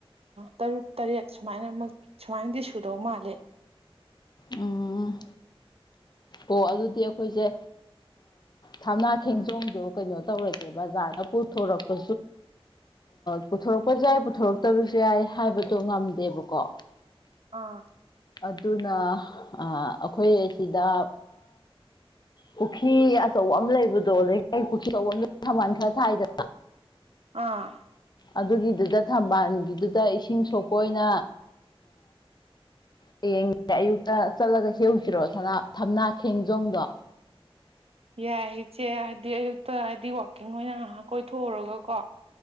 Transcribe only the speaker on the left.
ꯎꯝ ꯑꯣ ꯑꯗꯨꯗꯤ ꯑꯩꯈꯣꯏꯁꯦ ꯊꯝꯅꯥ ꯈꯦꯟꯖꯣꯗꯣ ꯀꯩꯅꯣ ꯇꯧꯔꯁꯦ ꯕꯖꯥꯔꯗ ꯄꯨꯊꯣꯔꯛꯄ ꯄꯨꯊꯣꯔꯛꯄꯁꯨ ꯌꯥꯏ ꯄꯨꯊꯣꯔꯛꯇꯕꯁꯨ ꯌꯥꯏ ꯍꯥꯏꯕꯗꯣ ꯉꯝꯗꯦꯕꯀꯣ
ꯑꯗꯨꯅ ꯑꯩꯈꯣꯏ ꯑꯁꯤꯗ ꯄꯨꯈ꯭ꯔꯤ ꯑꯆꯧꯕ ꯑꯃ ꯂꯩꯕꯗꯣ ꯑ ꯄꯨꯈ ꯑꯆꯧꯕ ꯑꯃ ꯁꯃꯜ ꯈꯔ ꯊꯥꯏꯗꯅ
ꯑꯗꯨꯒꯤꯗꯨꯗ ꯊꯝꯕꯥꯜꯒꯤꯗꯨꯗ ꯏꯁꯤꯡ ꯁꯣꯛꯄ ꯑꯣꯏꯅ ꯍꯌꯦꯡꯁꯦ ꯑꯌꯨꯛꯇ ꯆꯠꯂꯒ ꯍꯧꯁꯤꯔꯣ ꯊꯝꯅꯥ ꯈꯦꯡꯖꯣꯡꯗꯣ